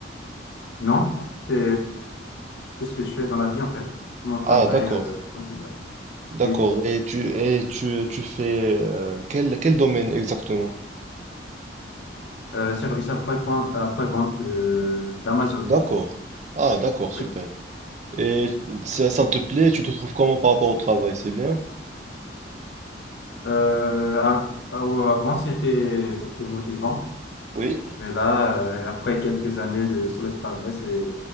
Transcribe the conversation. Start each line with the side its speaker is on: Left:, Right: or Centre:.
Left: Non, c'est c'est ce que je fais dans la vie, en fait. C'est Mon travail
Right: Ah, d'accord,
Left: euh, principal.
Right: d'accord.
Left: Oui.
Right: Et tu, et tu, tu fais euh, quel, quel domaine exactement?
Left: Euh, service après-vente après-vente de- d'Amazon.
Right: D'accord. Ah, d'accord, super.
Left: Oui.
Right: Et ça, ça te plaît? Tu te trouves comment par rapport au travail? C'est bien?
Left: Euh, a- a- avant, c'était c'était motivant.
Right: Oui.
Left: Mais là, euh, après quelques années de, sur le travail, c'est,